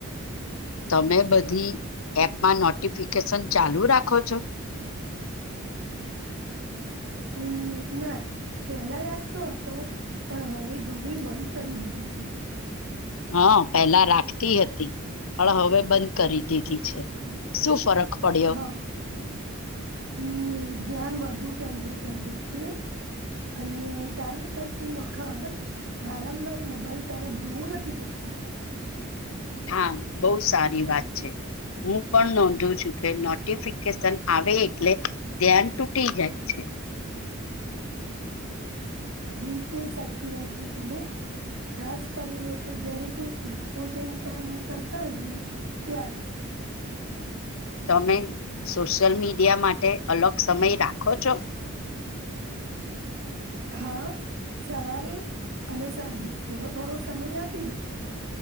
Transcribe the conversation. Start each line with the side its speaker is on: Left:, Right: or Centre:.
Left: તમે બધી એપમાં નોટિફિકેશન ચાલુ રાખો છો?
Right: હમ્મ ના પેલા રાખતો હતો પણ હવે ઘણી બંધ કરી દીધી છે.
Left: હા પેલા રાખતી હતી પણ હવે બંધ કરી દીધી છે. શું ફરક પડ્યો
Right: હા હમ્મ ધ્યાન વધુ કેન્દ્રિત રહી છે અને કેમ્પ કરતી વખત વારંવાર મોબાઈલ તરફ જોવું નથી પડતું.
Left: હા બહ સારી વાત છે. હું પણ નોંધું છું કે નોટિફિકેશન આવે એટલે ધ્યાન તૂટી જાય છે.
Right: બિલકુલ સાચી વાત કી તમે. ખાસ કરીને તો જયારે કોઈ ઇમ્પોર્ટન્ટ કામ કરતા હોય ત્યારે.
Left: તમે સોશિયલ મીડિયા માટે અલગ સમય રાખો છો?
Right: હા સવારે અને સાંજે થોડો થોડો સમય આપી દો.